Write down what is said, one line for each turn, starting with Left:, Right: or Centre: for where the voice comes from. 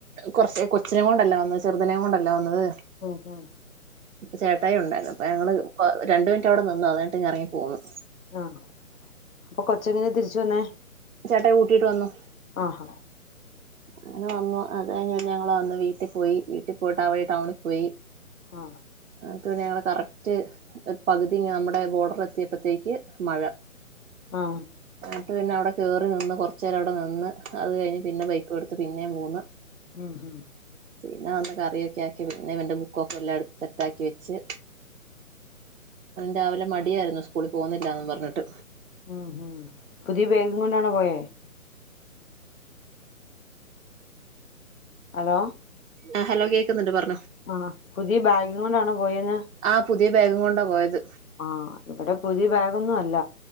Right: കുറച്ച് കൊച്ചിനെ കൊണ്ടല്ല വന്ന ചെറുതിനേും കൊണ്ട ലെ വന്നത്
Left: ഉം ഉം
Right: ചേട്ടായി ഉണ്ടായിരുന്നു അപ്പോ ഞങൾ രണ്ടു മിനിറ്റ് അവിടെ നിന്ന് അന്നട്ട ഇറങ്ങിപ്പോകുന്നു
Left: ആ അപ്പ കൊച്ച എങ്ങനെ തിരിച്ചു വന്നേ
Right: ചേട്ട കൂട്ടിട്ട് വന്നു
Left: ആഹാ
Right: അങ്ങനെ വന്നു അത് കഴിഞ്ഞ ഞങ്ങള്ൾ വന്നു വീട്ടിൽ പോയി വീട്ടിൽ പോയിട്ട് അവഴി ടൗണിൽ പോയി
Left: ആ
Right: മറ്റപന്നെ ഞങ്ങളെ കറക്റ്റ് പകുതി നമ്മുടെ ബോർഡർ എത്തിയപ്പോത്തേക്ക് മഴ
Left: ആ
Right: എന്നിട്ട് പിന്നെ അവിടെ കയറി നിന്ന് കുറച്ച്ു നേരം അവിടെ നിന്ന് അത് കഴിഞ്ഞ് പിന്നെ ബൈക്ക് കൊടുത്ത് പിന്നെ മൂണ്
Left: ഉം ഉം
Right: പിന്നെ അന്ത കറിയൊക്കെ ആക്കി പിന്നെവന്റെ ബുക്കെ എല്ലാം എടുത്ത് സെറ്റ ആാക്കി വെച്ച് രാവിലെ മടിയായിരുന്നു സ്കൂളിൽ പോകുന്നില്ലന്ന് പറഞ്ഞിട്ട്
Left: ഉം ഹം പുതിയ വേഗം കൊണ്ടാണ് പോയേ ഹലോ
Right: ആ ഹലോ കേൾക്കുന്നുണ്ട് പറഞ്ഞു
Left: ആ പുതിീ ബാ മോനാണോ പോയന്ന
Right: ആ പുതിയ വേഗം കൊണ്ടാണ് പോയത്
Left: ആ ഇവിടെ പുതിയ ബാഗൊന്നും അല്ല